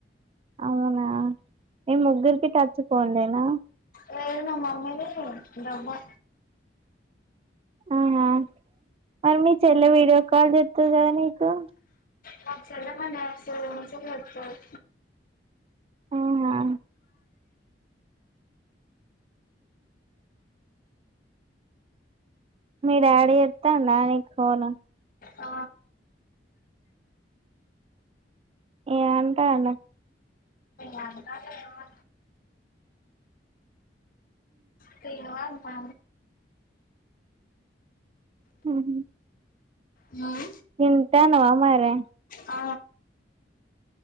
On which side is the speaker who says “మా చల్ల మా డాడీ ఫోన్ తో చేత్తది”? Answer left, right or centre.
Left